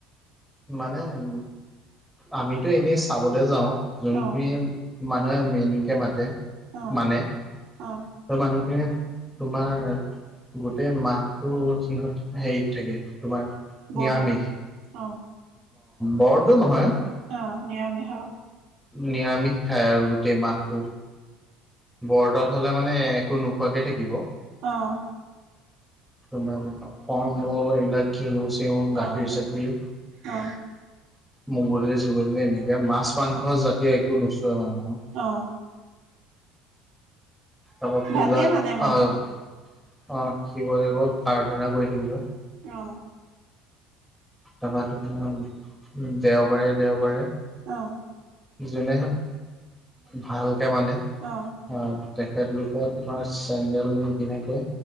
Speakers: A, in the centre; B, on the right.
A: মানে উম আমিতো এনেই চাবলৈ যাও যোনখিনি
B: অ
A: মানুহে মেইনকে মাতে
B: অ
A: মানে
B: অ
A: ত মানুহখিনি তোমাৰ গোটেই মাহটো সিহঁত হেৰিত থাকে তোমাৰ
B: বৰ্তত
A: নিৰামিষ
B: অ
A: বৰদো নহয়।
B: অ নিৰামিষ।
A: নিৰামিষ খাই আৰু গোটেই মাহটো বৰতত হলে মানে একো ন খোৱাকে থাকিব।
B: আহ
A: মোৰ ফল মূল এই বিলাক ঘেহু তেওঁ গাখীৰ
B: অ
A: চাখিৰ
B: অ
A: মগধলি চুগধলি এনেকে মাছ মাংস জাতি একো নোচোৱা নাই ন।
B: অ
A: তাৰপৰা পূজাক
B: ভালকে মানে মানে
A: আহ আহ শিৱদেৱক আৰাধনা কৰি থাকিব।
B: অ।
A: তাপা তোমাৰ উ দেওবাৰে দেওবাৰে
B: আহ।
A: যোনে ভালকে মানে
B: অ',
A: আহ তেখেতলোক তোমাৰ চেণ্ডেল কেনেকৈ